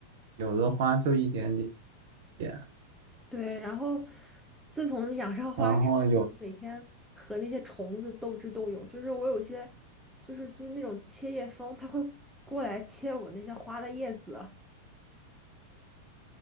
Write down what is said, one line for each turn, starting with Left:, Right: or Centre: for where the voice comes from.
Right: 有的花就一点点点。
Centre: 对，然后自从养上花之后，
Right: 然后有，
Centre: 就每天和那些虫子斗智斗勇。就是我有些，就是就是那种切叶蜂，它会过来切我那些花的叶子。